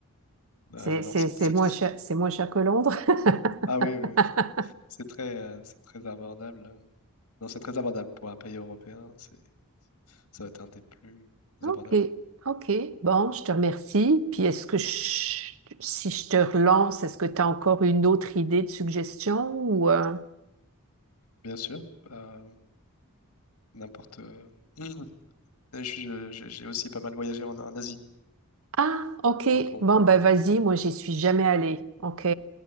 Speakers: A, on the left (about 85°); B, on the right (about 65°).
A: Euh,
B: c'est c'est-
A: non, c'est,
B: c'est
A: c'est-
B: moins cher, c'est moins cher que Londres.
A: ah oui, oui,
B: <laughs>
A: oui. c'est très, euh, c'est très abordable. Non, c'est très abordable pour un pays européen. C'est Ça va être un des plus
B: OK,
A: abordables.
B: OK. Bon, je te remercie. Puis est-ce que je- si je te relance, est-ce que tu as encore une autre idée de suggestion ou euh,
A: Bien sûr, euh, n'importe. euh, <clears throat> Mhm. je- je- J'ai aussi pas mal voyagé en, en Asie,
B: Ah, OK.
A: donc on
B: Bon,
A: peut en
B: ben
A: parler.
B: vas-y, moi j'y suis jamais allée. OK,